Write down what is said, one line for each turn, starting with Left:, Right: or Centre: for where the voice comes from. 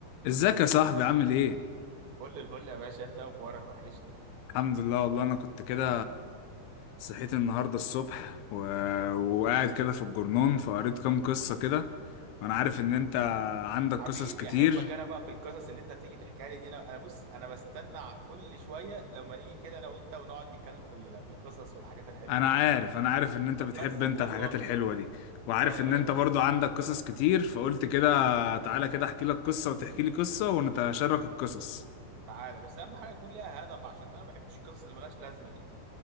Left: ازيك يا صاحبي عامل ايه؟
Right: كل الفل يا باشا انت اخبارك وحشني
Left: الحمد لله والله انا كنت كده صحيت النهارده الصبح و... وقاعد كده في الجرنون فقريت كام قصة كده وانا عارف ان انت عندك
Right: حبيبي
Left: قصص كتير
Right: احبك انا بقى في القصص اللي انت بتيجي تحكي لي دي انا انا بص انا بستنى كل شويه لما نيجي كده انا وانت ونقعد نتكلم في ال- في القصص والحاجات الحلوه
Left: انا
Right: دي
Left: عارف انا عارف ان انت
Right: بتمزج
Left: بتحب انت
Right: والله
Left: الحاجات الحلوة دي وعارف
Right: اه يا
Left: ان
Right: باشا
Left: انت
Right: بص
Left: برضو عندك قصص كتير فقلت كده تعالى كده احكي لك قصة وتحكي لي قصة ونتشارك القصص
Right: تعالى بس اهم حاجه يكون ليها هدف عشان انا ما بحبش القصص اللي ملهاش لازمه دي